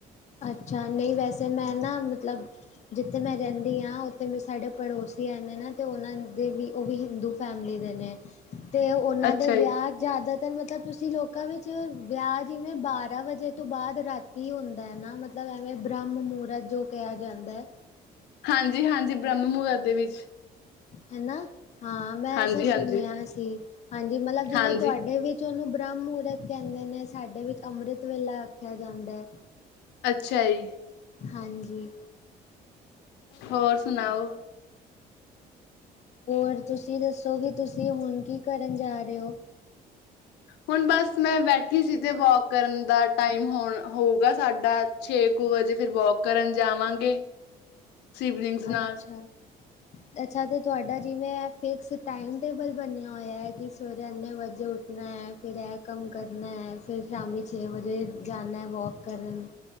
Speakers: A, on the left; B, on the left.
A: ਅੱਛਾ, ਨਹੀਂ ਵੈਸੇ ਮੈਂ ਨਾ ਮਤਲਬ ਜਿੱਥੇ ਮੈਂ ਰਹਿੰਦੀ ਹਾਂ ਉੱਥੇ ਮੇਰੇ ਸਾਡੇ ਪੜੋਸੀ ਆਉਂਦੇ ਨਾ, ਤੇ ਉਹਨਾਂ ਦੇ ਵੀ ਉਹ ਵੀ ਹਿੰਦੂ ਫੈਮਲੀ ਦੇ ਨੇ, ਤੇ ਉਹਨਾਂ
B: ਅੱਛਾ
A: ਦੇ ਵਿਆਹ
B: ਜੀ
A: ਜ਼ਿਆਦਾਤਰ ਮਤਲਬ ਤੁਸੀਂ ਲੋਕਾਂ ਵਿੱਚ ਵਿਆਹ, ਜਿਵੇਂ ਬਾਰ੍ਹਾਂ ਵਜੇ ਤੋਂ ਬਾਅਦ ਰਾਤੀ ਹੁੰ ਹੈ ਨਾ ਮਤਲਬ ਐਵੇਂ ਬ੍ਰਹਮ ਮਹੂਰਤ, ਜੋ ਕਿਹਾ ਜਾਂਦਾ।
B: ਹਾਂਜੀ ਹਾਂਜੀ, ਬ੍ਰਹਮ ਮੁਹੂਰਤ ਦੇ ਵਿੱਚ।
A: ਹਨਾ, ਹਾਂ ਮੈਂ
B: ਹਾਂਜੀ
A: ਐਸਾ ਸੁਣਿਆ
B: ਹਾਂਜੀ
A: ਸੀ, ਹਾਂਜੀ ਮਤਲਬ ਜਿਵੇਂ
B: ਹਾਂਜੀ
A: ਤੁਹਾਡੇ ਵਿੱਚ ਉਹਨੂੰ ਬ੍ਰਹਮ ਮੁਹੂਰਤ ਕਹਿੰਦੇ ਨੇ, ਸਾਡੇ ਵਿੱਚ ਅੰਮ੍ਰਿਤ ਵੇਲਾ ਆਖਿਆ ਜਾਂਦਾ ਹੈ।
B: ਅੱਛਾ ਜੀ।
A: ਹਾਂਜੀ।
B: ਹੋਰ ਸੁਣਾਓ?
A: ਹੋਰ ਤੁਸੀਂ ਦੱਸੋ, ਕਿ ਤੁਸੀਂ ਹੁਣ ਕੀ ਕਰਨ ਜਾ ਰਹੇ ਹੋ?
B: ਹੁਣ ਬਸ ਮੈਂ ਬੈਠੀ ਸੀ, ਤੇ ਵੋਕ ਕਰਨ ਦਾ ਟਾਈਮ ਹੋਣ ਹੋਊਗਾ। ਸਾਡਾ ਛੇ ਕੁ ਵਜੇ, ਫਿਰ ਵੋਕ ਕਰਨ ਜਾਵਾਂਗੇ। ਸਿਵਲਿੰਗਸ
A: ਅੱਛਾ।
B: ਨਾਲ
A: ਅੱਛਾ ਤੇ ਤੁਹਾਡਾ ਜਿਵੇਂ, ਫਿਕਸ ਟਾਈਮ ਟੇਬਲ ਬਣਿਆ ਹੋਇਆ ਹੈ ਕਿ ਸਵੇਰੇ ਇੰਨੇ ਵਜੇ ਉਠ ਠ ਹੈ, ਫਿਰ ਇਹ ਕੰਮ ਕਰਨਾ ਹੈ, ਫਿਰ ਸ਼ਾਮੀ ਛੇ ਵਜੇ ਜਾਣਾ ਹੈ ਵੋਕ ਕਰਨ।